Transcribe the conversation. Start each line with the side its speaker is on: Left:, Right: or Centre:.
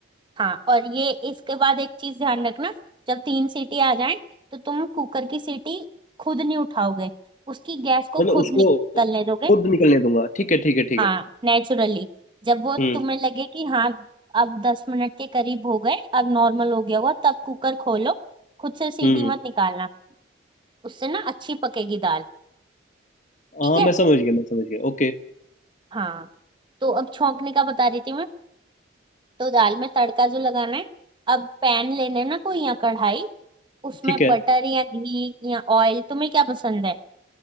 Right: हाँ और ये इसके बाद एक चीज ध्यान रखना जब तीन सीटी आ जाए तो तुम कुकर की सीटी खुद नहीं उठाओगे उसकी गैस को
Left: मतलब
Right: खुद
Left: उसको
Right: निकलने
Left: खुद
Right: दोगे
Left: निकलने दूंगा ठीक है ठीक है ठीक
Right: हाँ
Left: है
Right: नेचुरली जब वो
Left: हम्म
Right: तुम्हें लगे कि हाँ अब दस मिनट के करीब हो गए अब नॉर्मल हो गया होगा तब कुकर खोलो खुद से सीटी
Left: हम्म
Right: मत निकालना उससे ना अच्छी पकेगी दाल ठीक
Left: हाँ
Right: है
Left: मैं समझ गया मैं समझ गया ओके
Right: हाँ तो अब छौंकने का बता रही थी मैं तो दाल में तड़का जो लगाना है अब पैन लेना है ना कोई या कढ़ाई उसमें
Left: ठीक है
Right: बटर या घी या ऑयल तुम्हें क्या पसंद है